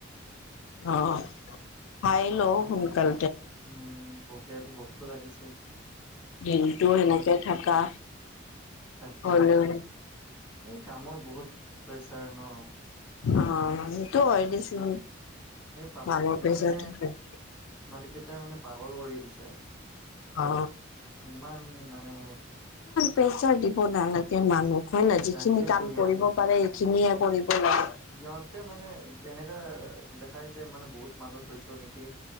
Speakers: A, on the left; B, in the centre.
A: অ খাই ল' সোনকাল।
B: উম ভোকে ভোকটো লাগিছে।
A: দিনটো
B: এতিয়া খাম
A: সেনেকে থাকা।
B: তাকে
A: হ'লেও
B: এই কামৰ বহুত প্ৰেচাৰ ন।
A: অ সেইটো হয় পিছে
B: এই পাপ
A: কামৰ প্ৰেচাৰটো
B: মানে
A: থাকে।
B: মালিক কেইটাই মানে পাগল কৰি দিছে।
A: অ
B: ইমান মানে।
A: প্ৰেচাৰ দিব নালাগে মানুহ হয় নাই যিখিনি
B: তাকেতো
A: কাম
B: ইহ
A: কৰিব পাৰে সেইখিনিয়ে কৰিব লাগে।
B: সিহঁতে মানে এনেকা দেখাই যে মানে বহুত মানুহ থৈছো নেকি।